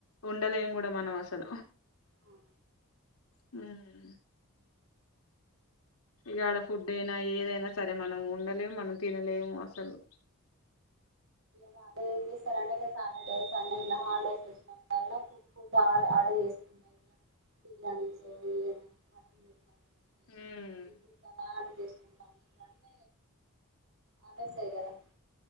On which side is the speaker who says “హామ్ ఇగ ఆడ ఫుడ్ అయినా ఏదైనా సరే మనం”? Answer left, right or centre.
Left